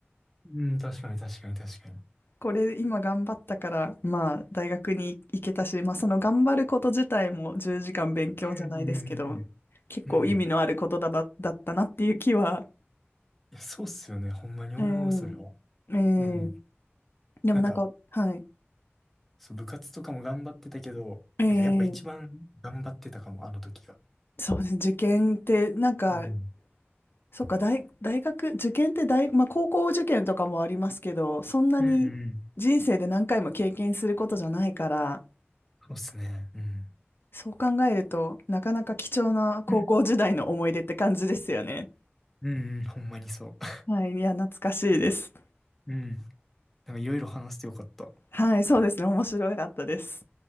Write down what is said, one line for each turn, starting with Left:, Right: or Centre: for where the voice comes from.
Centre: うん、うん確かに確かに確かに。
Left: これ今頑張ったから、まあ大学に行けたし、まあその頑張ること自体も10時間勉強じゃないですけど、
Centre: うんうん
Left: 結構意味のあることだな、
Centre: うん。うん。
Left: だったなっていう気は。
Centre: いや、そうっすよね。ほんまに思う、
Left: うん
Centre: それは。
Left: え
Centre: うん。
Left: えでもなんか、
Centre: なんか、
Left: はい。
Centre: そう、部活とかも頑張ってたけど、
Left: ええ
Centre: なんかやっぱ一番頑張ってたかも、あの時が。
Left: そうですね。受験って、なんか、
Centre: うん。
Left: そっか、大、大学、受験って大、まあ高校受験とかもありますけど、そんなに人生で何回も経験することじゃないから、
Centre: うんうん。そうっすね。うん。
Left: そう考えると、なかなか貴重な高校時代の思い出って感じですよね。
Centre: うんうん。ほんまにそう。<laughs>
Left: はい。いや、懐かしいです。
Centre: うん。なんかいろいろ話してよかった。
Left: はい。そうですね。面白かったです。